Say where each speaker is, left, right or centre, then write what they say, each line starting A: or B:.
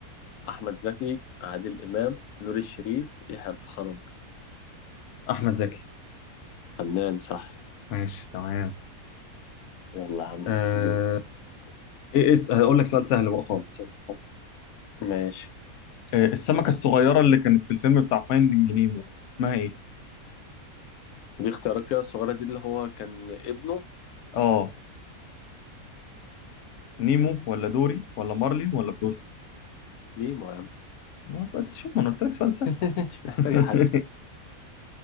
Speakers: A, on the left; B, on the left.
A: احمد زكي عادل امام نور الشريف يحيى الفخراني
B: احمد زكي
A: فنان صح
B: ماشي تمام
A: يلا يا عم
B: آه...
A: دور
B: ايه اس هقول لك سؤال سهل بقى خالص خالص خالص
A: ماشي
B: آه السمكة الصغيرة اللي كانت في الفيلم بتاع فايندينج نيمو اسمها ايه
A: دي اختيارك كده الصغيره دي اللي هو كان ابنه
B: اه نيمو ولا دوري ولا مارلين ولا بروس
A: نيمو يا عم
B: والله بس شوف ما انا قلت لك سؤال سهل
A: <laughs> مش محتاجه
B: <laughs>
A: حاجه